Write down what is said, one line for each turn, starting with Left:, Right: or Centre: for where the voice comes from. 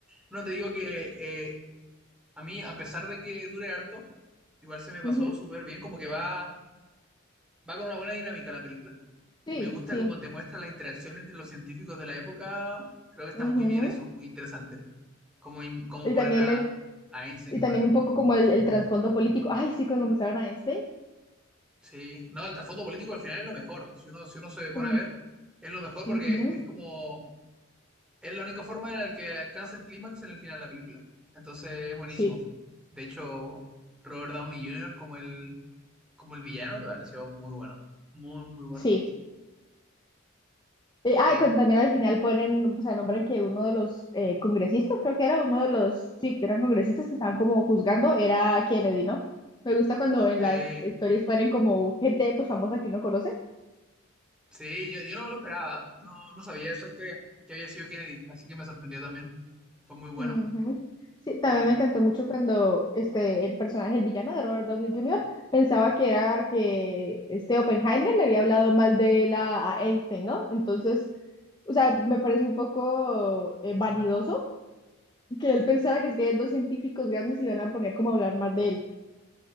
Centre: No, te digo que eh, A mí, a pesar de que dure harto, igual se me
Left: Ujú,
Centre: pasó súper bien, como que va, va con una buena dinámica la película.
Left: Sí,
Centre: Y me gusta
Left: sí.
Centre: cómo te muestra la interacción entre los científicos de la época. Creo que está
Left: ujú.
Centre: muy bien eso, muy interesante. Como, como
Left: Y
Centre: ponen
Left: también
Centre: a,
Left: el,
Centre: a Einstein
Left: y
Centre: igual.
Left: también un poco como el, el trasfondo político. Ay, sí, cuando mostraron a Einstein.
Centre: Sí, no, el trasfondo político al final es lo mejor. Si uno, si uno se pone
Left: Mm,
Centre: a ver, es lo mejor porque
Left: ujú.
Centre: es como Es la única forma en la que alcanza el clímax en el final de la película. Entonces es buenísimo.
Left: Sí,
Centre: De hecho, Robert Downey Jr. como el, como el villano me pareció muy bueno. Muy, muy bueno.
Left: sí. Eh,
Centre: Eh,
Left: ah, y cuando también al final ponen, o sea, nombran que uno de los eh, congresistas, creo que era uno de los, sí, que eran congresistas que estaban como juzgando, era Kennedy, ¿no? Me gusta cuando en
Centre: eh,
Left: las historias ponen como gente pues famosa que uno conoce.
Centre: sí, yo, yo no lo esperaba. No, no sabía esa historia, que había sido Kennedy. Así que me sorprendió también. Fue muy bueno.
Left: Ujú. Sí, también
Centre: Y,
Left: me
Centre: y-
Left: encantó mucho cuando este, el personaje, el villano de Robert Downey Jr., pensaba que era que este Oppenheimer le había hablado mal de él a, a Einstein, ¿no? Entonces, o sea, me pareció un poco eh, vanidoso que él pensara que es que dos científicos grandes y van a poner como a hablar más de él.